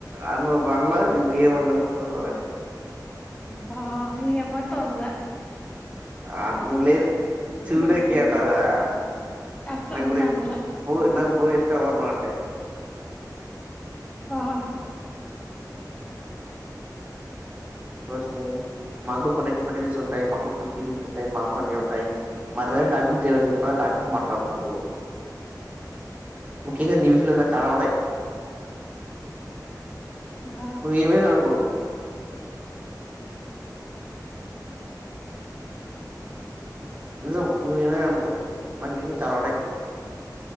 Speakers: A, on the right (about 20°); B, on the left (about 15°).
A: ఆమె బండ్ల ఏమన్న జూస్తావని
B: అబ్బా ఎవరితో అన్లా
A: ఆ ములే చూడకె
B: ఉన్నారు అనుకున్న.
A: అన్నవ్
B: అట్లా అనలా
A: గద
B: అనలా
A: <unintelligible> అన్నావ్ అంటే
B: ఆ హ
A: రోష్ని మాకు కొన్ని ఎక్సపెక్టషన్స్ ఉంటయ్. మాకు కొన్ని ఫీలింగ్స్ ఉంటాయ్. మాక్ కొన్ని ఉంటాయ్ మర్ర ఈ టాపిక్ తెవద్దు ఓకేనా ఆ టాపిక్ మాట్లాడ్ నువ్వు ముఖ్యంగా నీ విషయలైనా చాలా ఉన్నయ్
B: షా
A: నువ్ ఎమైన అనుకో నిజం నువ్వేమైననుకో నాక్ నీ గురించి చాలా ఉన్నాయ్